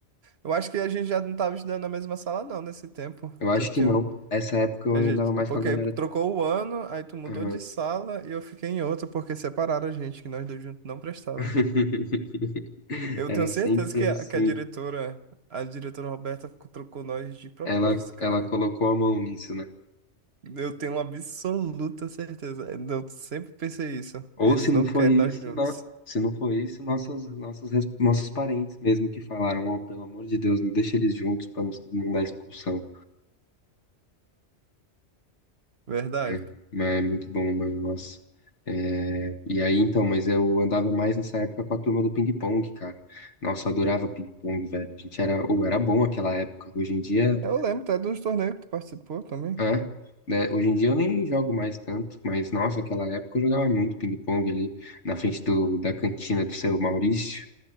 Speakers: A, on the right; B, on the left.
A: Eu acho que a gente já não tava estudando na mesma sala, não, nesse tempo.
B: Eu acho
A: Tu tinha.
B: que não. Essa época
A: A
B: eu andava
A: gente...
B: mais
A: Porque
B: com a galera
A: trocou o ano, aí tu mudou
B: Aham.
A: de sala e eu fiquei em outra, porque separaram a gente, que nós dois juntos não prestávamos.
B: <laughs>
A: Eu
B: Era
A: tenho certeza
B: sempre
A: que
B: assim.
A: a, que a diretora, a diretora Roberta, trocou nós de propósito,
B: Ela,
A: cara.
B: ela colocou a mão nisso, né?
A: Eu tenho uma absoluta certeza. Eu sempre pensei isso.
B: Ou
A: Eles
B: se não
A: não
B: foi
A: querem
B: isso,
A: nós juntos.
B: na- se não foi isso, nossos, nossos, res- nossos parentes mesmo que falaram, ó, pelo amor de Deus, não deixa eles juntos pra não, não dar expulsão.
A: Verdade.
B: É, mas é muito bom, mano, nossa. É, e aí, então, mas eu andava mais nessa época com a turma do ping-pong, cara. Nossa, eu adorava ping-pong, velho. A gente era, ou era bom aquela época. Hoje em dia
A: Eu lembro até dos torneios que tu participou também.
B: É, né? Hoje em dia eu nem jogo mais tanto, mas nossa, aquela época eu jogava muito ping-pong ali na frente do, da cantina do seu Maurício.